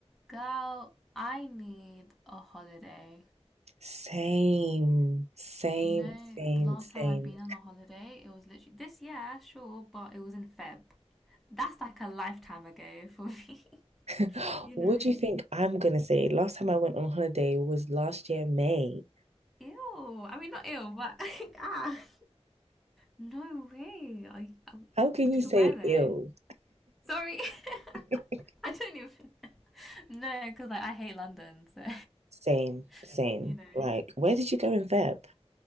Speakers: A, in the centre; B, on the right.
A: Girl, I need a holiday.
B: Same, same,
A: You know,
B: same,
A: the last
B: same.
A: time I've been on a holiday, it was literally this year, sure, but it was in Feb. That's like a lifetime ago for me. <laughs>
B: <gasps>
A: You
B: What
A: know?
B: do you think I'm gonna say? Last time I went on holiday was last year, May.
A: Ew. I mean, not ew, but <laughs> ah. No way. I, I
B: How can you say
A: to where though?
B: ill?
A: Sorry, <laughs>
B: <laughs>
A: I don't even. <laughs> know. No, because like I hate London, so
B: Same, same.
A: <laughs> you know.
B: Like, where did you go in Feb?